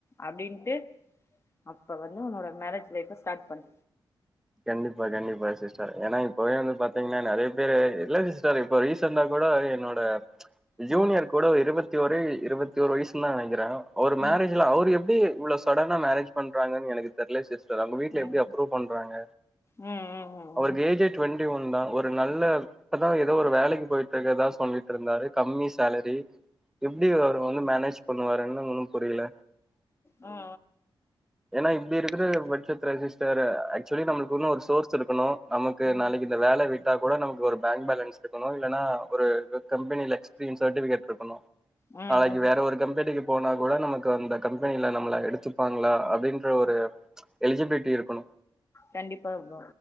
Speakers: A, on the left; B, in the centre.
A: அப்டின்ட்டு அப்ப வந்து உன்னோட மேரேஜ் லைப்ப ஸ்டார்ட் பண்னு
B: கண்டிப்பா கண்டிப்பா சிஸ்டர் ஏன்னா இப்பவே வந்து பா்த் தீங்னா நெறைய பேர் இல்ல சிஸ்டர் இப்ப ரீசண்டா கூட என்னோட
A: ம்
B: ஜூனியர் கூட இருவத் த்தி வரை இருவத்தி ஒரு வயசு நா நெனைக்கிறே அவர்
A: ம்
B: மேரேஜ்ல அவரு எப் து உள்ள சடங்கு மேரேஜ் பண்றாங்கன் எனக்கு தெரில சிஸ்டர் அவுங்க வீட்டுல
A: ம்
B: எப்டி அப்ரூவ் பண்றாங்க
A: ம் ம் ம்
B: அவருக்கு ஏஜே ட்வெண்ட்டி ஒன் தா ஒரு நல்ல இப்பதா ஏதோ ஒரு வேலைக்கு போயிட்டு இக்கிறதா சொல்லிட்டு இருந்தாரு கம்மி சேலரி எப்டி அவர வந்து மேனேஜ் பண்ணுவாரேனு ஒன்னு புரியில
A: ம் ம்
B: ஏன்னா இப்டி இருக்கிற பட்ஜெட் அப்ர சிஸ்டர் ஆக்சுலி நம் குனு ஒரு சோர்ஸ் இருக்கணு நமக்கு
A: ம் ம்
B: நாளைக்கு இந்த வேல விட் தா கூட நமக்கு ஒரு பேங்க் பேலன்ஸ் இருக்கணு இல்லன்னா ஒரு கம்பெனியில எக்ஸ்பீரியன்ஸ் சர்டிபிகட் இருக்கணு
A: ம்
B: நாளைக்கு
A: ம்
B: வேற ஒரு கம்பெனிக்கு போனா கூட நமக்கு அந்த கம்பெனில நம்மள எடுத்துப்பாங்களா அப்படின்ற ஒரு எலிஜிபிலிட்டி இருக்கணு
A: கண்டிப்பா வா